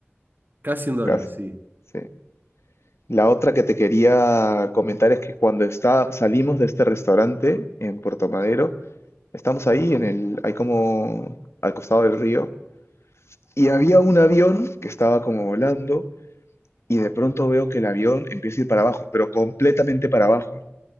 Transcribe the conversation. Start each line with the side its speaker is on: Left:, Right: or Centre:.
Right: Casi un dólar,
Left: casi.
Right: sí.
Left: Sí. La otra que te quería comentar es que cuando está, salimos de este restaurante en Puerto Madero, estamos ahí en el, hay como al costado del río, y había un avión que estaba como volando y de pronto veo que el avión empieza a ir para abajo, pero completamente para abajo.